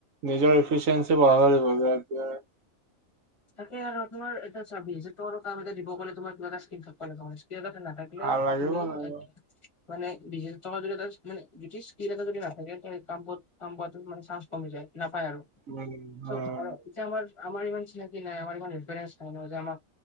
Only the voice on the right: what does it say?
নিজৰ এফিচিয়েঞ্চি বঢ় হ'ব দিয়া
আৰু লাগিব
লাগিব
উম
উম